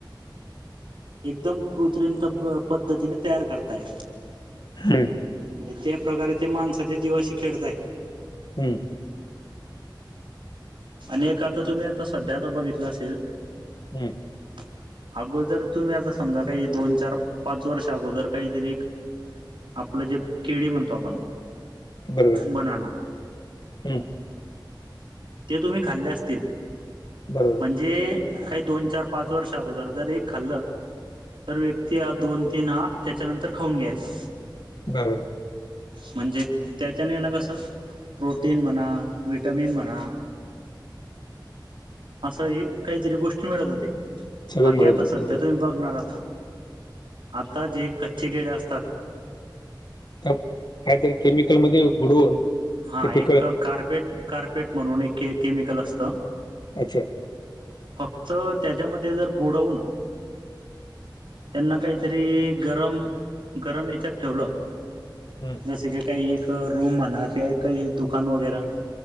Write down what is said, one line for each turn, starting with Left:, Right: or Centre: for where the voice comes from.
Right: एकदम कृत्रिम त पद्धतीने तयार करताय.
Left: हम.
Right: म्हणजे त्या प्रकारे ते माणसाच्या जीवाशी खेळताय.
Left: हम्म.
Right: आणि एक आता तुम्ही आता सध्या आ बघितलं असेल.
Left: हम्.
Right: <unintelligible> अगोदर तुम्ही आता समजा काही दोन चार पाच वर्ष अगोदर काहीतरी एक आपलं जे केळी म्हणतो आपण.
Left: बरोबर
Right: बनाना
Left: हम् <unintelligible>
Right: ते तुम्ही खाल्ले असतील
Left: बरोबर
Right: म्हणजे
Left: <unintelligible>
Right: काही दोन चार पाच वर्ष अगोदर जर हे खाल्लं तर व्यक्ती हा दोन तीन हा त्याच्यानंतर खाऊन घ्यायचा.
Left: बरोबर.
Right: म्हणजे त्याच्याने ना कसं प्रोटीन म्हणा, विटमिन म्हणा. असं हे काहीतरी गोष्टी मिळत होते
Left: सगळं
Right: बाकी
Left: मिळत
Right: आता
Left: होतं
Right: सध्या
Left: बरोबर.
Right: तुम्ही बघ नर आता जे कच्चे केडे असतात
Left: तर काहीतरी केमिकलमध्ये बुडवून.
Right: हां
Left: ते पिकलं
Right: एक कार्पेट कार्पेट म्हणून एक के केमिकल असतं.
Left: अच्छा
Right: फक्त त्याच्यामध्ये जर बुडवून त्यांना काहीतरी गरम गरम याच्यात ठेवलं.
Left: हम्म
Right: जस की काही एक रूम म्हणा किंवा काही दुकान वगैरा